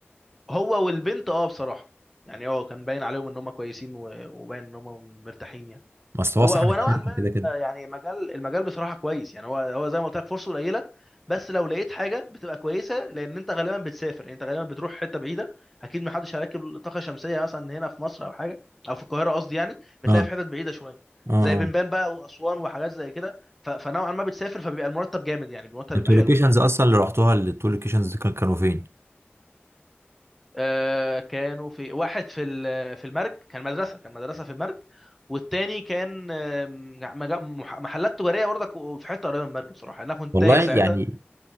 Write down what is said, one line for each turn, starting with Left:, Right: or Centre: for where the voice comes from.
Centre: هو والبنت اه بصراحه يعني اه كان باين عليهم ان هم كويسين و- وباين ان هم مرتاحين يعني
Right: بس هو
Centre: هو
Right: صاحب
Centre: هو
Right: الشركة
Centre: نوعا ما
Right: كده كده
Centre: آه، يعني مجال المجال بصراحه كويس يعني هو هو زي ما قلت لك فرصه قليله بس لو لقيت حاجه بتبقى كويسه لان انت غالبا بتسافر يعني انت غالبا بتروح حته بعيده اكيد ما حدش هيركب طاقه شمسيه مثلا هنا في مصر او حاجه او في القاهره قصدي يعني بتلاقي
Right: اه
Centre: في حتت بعيده شويه
Right: اه
Centre: زي
Right: اه
Centre: بنبان بقى واسوان وحاجات زي كده ف- فنوعا ما بتسافر فبيبقى المرتب جامد يعني المرتب بيبقى
Right: انتوا
Centre: حلو
Right: اللوكيشنز
Centre: يعني
Right: اصلا اللي رحتوها التو لوكيشنز كانوا فين؟
Centre: آه، كانوا في واحد في ال- في المرج كان مدرسه كان مدرسه في المرج والتاني كان آه، مج- مح- محلات تجاريه برضك في حته قريبه من المرج بصراحه يعني انا كنت
Right: والله
Centre: تايه ساعتها
Right: يعني